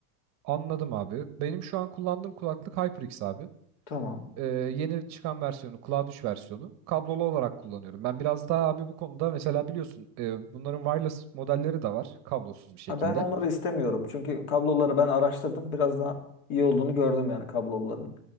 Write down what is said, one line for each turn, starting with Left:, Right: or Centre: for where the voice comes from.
Right: anladım abi. Benim şu an kullandığım kulaklık HyperX abi.
Left: Tamam.
Right: E, yeni çıkan versiyonu Cloud 3 versiyonu kablolu olarak kullanıyorum. Ben biraz daha abi bu konuda mesela biliyorsun e, bunların wireless modelleri de var kablosuz bir şekilde.
Left: Ha, ben onları istemiyorum. Çünkü kabloları ben araştırdım. Biraz daha iyi olduğunu gördüm yani kabloların.